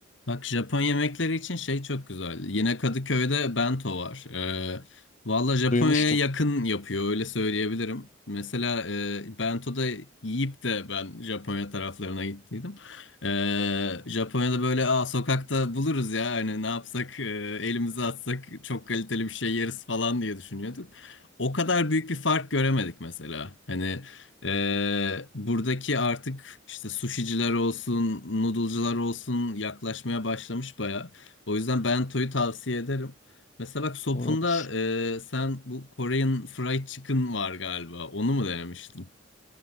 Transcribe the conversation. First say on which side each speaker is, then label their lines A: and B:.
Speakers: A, on the left; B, on the left.
A: Bak Japon yemekleri için şey çok güzel. Yine Kadıköy'de bento var. Ee, valla Japonya'ya
B: Duymuştum.
A: yakın yapıyor öyle söyleyebilirim. Mesela e, bento'da yiyip de ben Japonya taraflarına gittiydim. Ee, Japonya'da böyle Aa, sokakta buluruz ya hani ne yapsak e, elimizi atsak çok kaliteli bir şey yeriz falan diye düşünüyorduk. O kadar büyük bir fark göremedik mesela. Hani ee, buradaki artık işte sushiciler olsun, noodle'cılar olsun yaklaşmaya başlamış baya. O yüzden bento'yu tavsiye ederim. Mesela bak sopunda
B: Olur olur.
A: e, sen bu Korean fried chicken var galiba. Onu mu denemiştin?